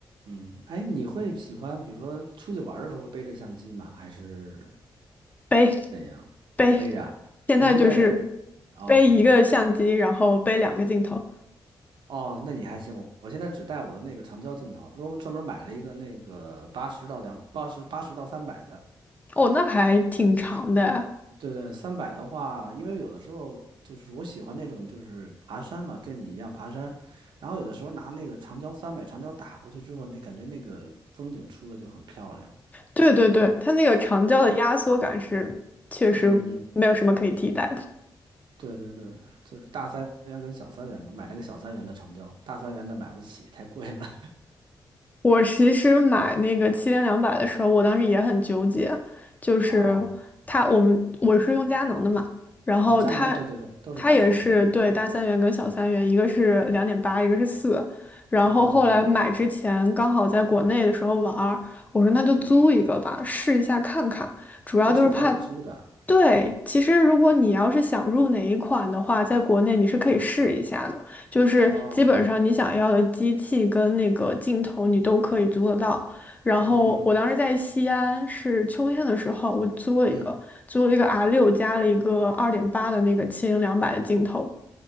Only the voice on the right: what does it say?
嗯，哎，你会喜欢比如说出去玩儿的时候会背着相机吗？还是
怎样？
背着啊你会带
哦？OK，
哦，那你还行，我我现在只带我的那个长焦镜头了因为我专门买了一个那个八十到两八十八十到三百的。
对对，三百的话，因为有的时候就是我喜欢那种就是爬山嘛，跟你一样爬山，然后有的时候拿那个长焦三百长焦打过去之后，那感觉那个风景出的就很漂亮。
嗯嗯，对对对，就是大三元跟小三元嘛，买了个小三元的长焦，大三元的买不起，太贵了。
<laughs> 哦
哦，佳能，对对对，都是大三元的。
嗯，
哦，对对对。嗯，
哦，这个还有租的啊，
哦
嗯嗯
嗯，